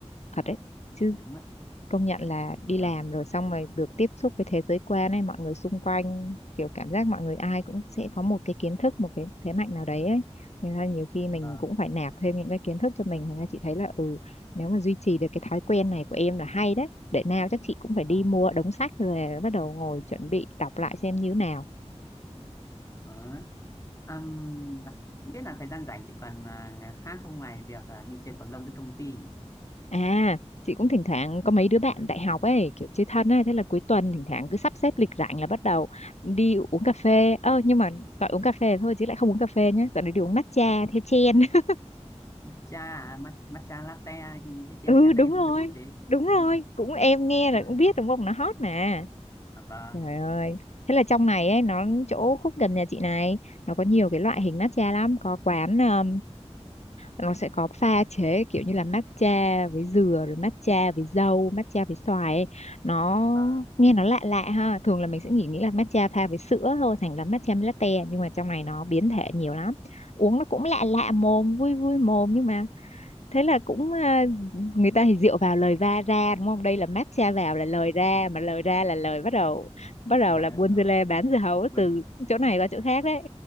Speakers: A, on the left; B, on the left.
A: thật đấy chứ
B: đúng ạ
A: công nhận là đi
B: Dạ,
A: làm rồi xong rồi được tiếp xúc với thế giới quan ấy mọi người xung quanh kiểu cảm giác mọi người ai cũng sẽ có một cái kiến thức một cái thế mạnh nào đấy ấy thành ra nhiều khi mình
B: vâng
A: cũng phải nạp thêm những cái kiến thức cho mình thành ra chị thấy là ừ nếu mà duy trì được cái thói quen này của em là hay đấy để nào chắc chị cũng phải
B: vâng
A: đi mua đống sách rồi bắt đầu ngồi chuẩn bị đọc lại xem như thế nào
B: vâng Ừm, à, không biết là thời gian rảnh chị còn à, ngày khác không ngoài việc à, đi chơi cầu lông với công ty
A: À, chị cũng thỉnh thoảng có mấy đứa bạn đại học ấy, kiểu chơi thân ấy, thế là cuối tuần thỉnh thoảng cứ sắp xếp lịch rảnh là bắt đầu đi uống cà phê. Ơ nhưng mà gọi uống cà phê thôi chứ lại không uống cà phê nhé. dạo này đi uống matcha theo trend. <laughs>
B: matcha à, ma- matcha latte cái chen
A: Ừ
B: chen
A: đúng
B: đấy không
A: rồi,
B: đúng không chị
A: đúng
B: đúng
A: rồi,
B: rồi
A: cũng em nghe
B: à,
A: là cũng biết đúng không, nó hot mà.
B: à, vâng
A: Trời ơi. Thế là trong này ấy, nó chỗ khúc gần nhà chị này, nó có nhiều cái loại hình matcha lắm, có quán ờ, nó sẽ có pha chế kiểu như là matcha với dừa rồi matcha với dâu matcha với xoài ấy. nó
B: vâng
A: nghe nó lạ lạ ha thường là mình sẽ nghĩ nghĩ là matcha pha với sữa thôi thành là matcha latte nhưng mà trong này nó biến thể nhiều lắm uống nó cũng lạ lạ mồm vui vui mồm nhưng mà thế là cũng à, người ta thì rượu vào lời va ra đúng không đây là matcha vào là lời ra mà lời ra là lời bắt đầu bắt đầu
B: lời
A: là buôn
B: đầu
A: dưa lê bán dưa hấu
B: Bây-
A: từ chỗ này qua chỗ khác đấy